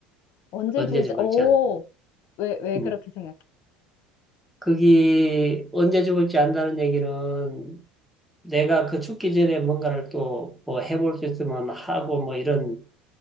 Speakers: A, on the left; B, in the centre.
A: 언제
B: 언제
A: 죽을지,
B: 죽을지
A: 오,
B: 안.
A: 왜, 왜
B: 음.
A: 그렇게 생각해?
B: 그게 언제 죽을지 안다는 얘기는 내가 그 죽기 전에 뭔가를 또 뭐 해볼 수 있으면 하고 뭐 이런